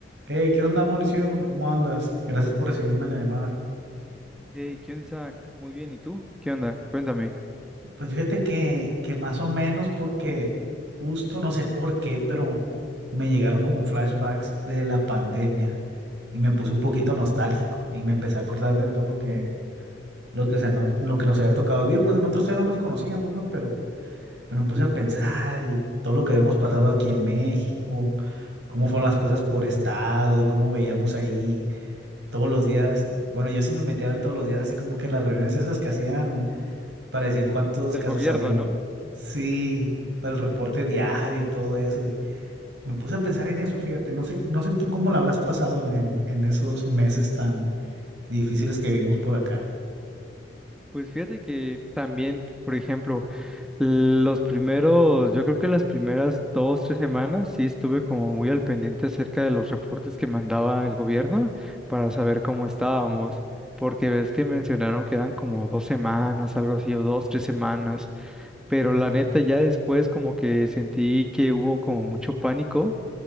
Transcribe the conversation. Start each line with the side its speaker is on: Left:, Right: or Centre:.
Right: Hey, ¿qué onda, Mauricio? ¿Cómo andas? Gracias por recibirme la llamada.
Centre: Hey, ¿qué onda, Isaac? Muy bien, ¿y tú? ¿Qué onda? Cuéntame.
Right: Pues fíjate que, que más o menos porque justo no sé por qué, pero me llegaron como flashbacks de la pandemia y me puse un poquito nostálgico y me empecé a acordar de todo lo que, lo que se nos, lo que nos había tocado vivir. Pues nosotros ya no nos conocíamos, ¿no? Pero, pero me puse
Centre: Sí,
Right: a pensar
Centre: sí.
Right: y todo lo que habíamos pasado aquí en México, cómo fueron las cosas por estado y cómo veíamos ahí. todos los días. Bueno, yo sí me metí a ver todos los días, así como que las reuniones esas que hacían para decir cuántos
Centre: Del
Right: casos
Centre: gobierno,
Right: habían,
Centre: ¿no?
Right: sí, para el reporte diario y todo eso. y me puse a pensar en eso, fíjate, no sé, no sé tú cómo la habrás pasado en, en esos meses tan difíciles que vivimos por acá.
Centre: Pues fíjate que también, por ejemplo, los primeros, yo creo que las primeras dos, tres semanas sí estuve como muy al pendiente acerca de los reportes que mandaba el gobierno para saber cómo estábamos, porque ves que mencionaron que eran como dos semanas, algo así, o dos, tres semanas, pero la
Right: Sí.
Centre: neta ya después como que sentí que hubo como mucho pánico